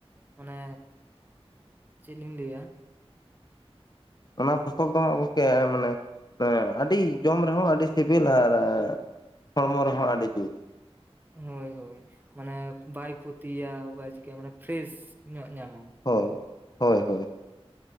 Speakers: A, on the right (about 15°); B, on the left (about 40°).
A: ᱢᱟᱱᱮ ᱪᱮᱫ ᱞᱤᱧ ᱞᱟᱹᱭᱟ
B: ᱚᱱᱟ ᱯᱦᱚᱥᱚᱞ ᱫᱚ ᱦᱟᱸᱜ ᱜᱚᱝᱠᱮ ᱢᱟᱱᱮ ᱟᱹᱰᱤ ᱡᱚᱢ ᱨᱮᱦᱚᱸ ᱟᱹᱰᱤ ᱥᱤᱵᱤᱞ ᱟᱨ ᱦᱚᱲᱢᱚ ᱨᱮᱦᱚᱸ ᱟᱹᱰᱤ ᱡᱩᱛ
A: ᱦᱳᱭ ᱦᱳᱭ ᱢᱟᱱᱮ ᱵᱟᱭ ᱠᱷᱚᱛᱤᱭᱟ ᱵᱟᱭ ᱪᱤᱠᱟᱹᱭᱟ ᱢᱟᱱᱮ ᱯᱷᱨᱮᱥ ᱧᱚᱜ ᱧᱟᱢᱟ᱾
B: ᱦᱳᱭ ᱦᱳᱭ ᱦᱳᱭ